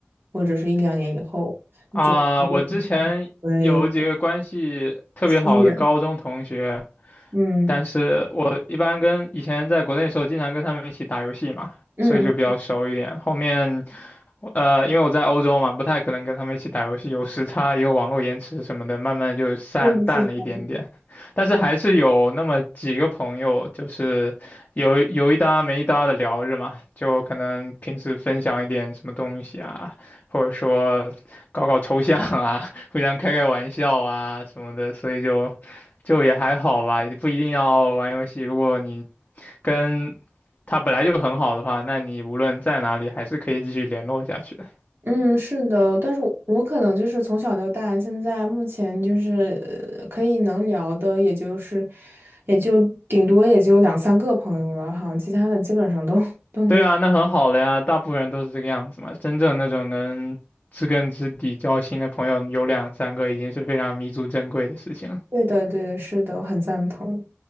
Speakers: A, on the right; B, on the left.
A: 或者是一两年以后，
B: 啊。
A: 你的朋友会有
B: 我之前有几个关系特别好的高中同学。
A: 疏远。嗯
B: 但是我一般跟以前在国内的时候，经常跟他们一起打游戏嘛，
A: 嗯，
B: 所以就比较熟一点。
A: 嗯
B: 后面呃，因为我在欧洲嘛，不太可能跟他们一起打游戏，有时差，也有网络延迟什么的，慢慢就散淡了一点点。
A: 对，是这样子
B: 但是还是有那么几个朋友，就是有有一搭没一搭的聊着嘛，就可能平时分享一点什么东西啊，或者说搞搞抽象啊，<laughs> 互相开开玩笑啊什么的，所以就就也还好吧，也不一定要玩游戏。如果你跟他本来就很好的话，那你无论在哪里还是可以继续联络下去的。
A: 嗯，是的，但是我我可能就是从小到大，现在目前就是呃可以能聊的，也就是也就顶多也就两三个朋友了，好像其他的基本上都 <laughs>
B: 对啊，那很好了呀，大部分人都是这个样子嘛。真正那种能知根知底交心的朋友有两三个，已经是非常弥足珍贵的事情了。
A: 对的，对的，是的，我很赞同。